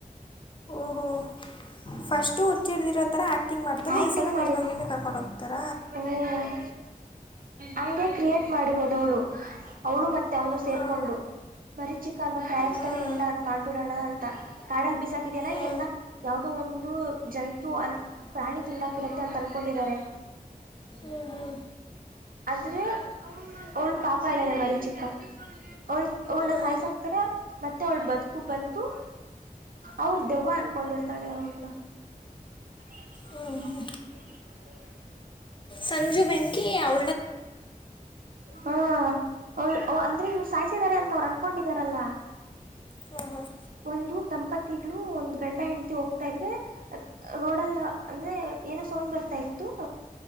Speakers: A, on the left (about 35°); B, on the right (about 70°).
A: ಓಹೋ ಫಸ್ಟು ಹುಚ್ಚಡದಿರೋ ತರ ಆಕ್ ಟಿಂಗ್ ಮಾಡ್ತಲ್ಲ
B: ಆಕ್ಟಿಂಗ್
A: ಈಸಲ
B: ಮಾಡಿದ
A: ನಿಜವಾಗಲುನೂ ಕರ್ಕೊಂಡ ಹೋಗ್ತಾರ
B: ಹ್ಮ್ ಹಂಗೆ ಕ್ರಿಯೇಟ್ ಮಾಡಿರೋದವಳು ಅವಳು ಮತ್ತೆ ಅವನು ಸೇರ್ಕೊಂಡು
A: ಹಾಂ
B: ಮರಿ ಚಿಕ್ಕ ಅನ್ನೋ ಕ್ಯಾರೆಕ್ಟರೇ
A: ಹಾಂ
B: ಇಲ್ಲ ಅಂತ ಮಾಡ್ಬಿಡೋಣ ಅಂತ ಕಾಡಲ್ ಬಿಸಾಕಿದ ಇದೆಲ್ಲ
A: ಹ್ಞೂ
B: ಎಲ್ಲ ಯಾವದೋ ಒಂದು ಜಂತು ಅ ಪ್ರಾಣಿ ತಿಂದಾಕಿರುತ್ತೆ ಅಂತ ಅನ್ಕೊಂಡಿದ್ದಾರೆ
A: ಹ್ಞೂ ಹ್ಮ್
B: ಆದ್ರೆ ಅವಳ ಪಾಪ ಇದಾಳೆ ಮರಿ ಚಿಕ್ಕ ಅವಳ್ ಅವಳನ
A: ಹ್ಮ್
B: ಸಾಯ್ಸಾಕ್ತಾರ ಮತ್ತೆ ಅವ್ಳ ಬದುಕು ಬಂದು ಅವ್ರ ದೆವ್ವ ಅನ್ಕೊಂಡಿರ್ತಾಳೆ ಅವ್ರನ್ನ ಮ
A: ಹ್ಮ್
B: ನಾ
A: ಹ್ಮ್ ಹ್ಮ್
B: <unintelligible>
A: ಸಂಜು ವೆಂಕಿ ಅವ
B: ಹಾ ಅಂದ್ರೆ ಇವ್ರು ಸಾಯ್ಸಿದ್ದಾರೆ ಅಂತ ಅವ್ರು ಅನ್ಕೊಂಡ ತ್ತರಲ್ಲಾ
A: ಹಾಂ ಹಾಂ
B: ಒಂದು ದಂಪತಿಗಳು ಒಂದ್ ಗಂಡ ಹೆಂಡತಿ ಹೋಗ್ತಾ ಇದ್ರೆ ರೋಡ್ಲ್ ಅಂದ್ರೆ ಏನೋ ಸೌಂಡ್ ಬರ್ತಾ ಇತ್ತು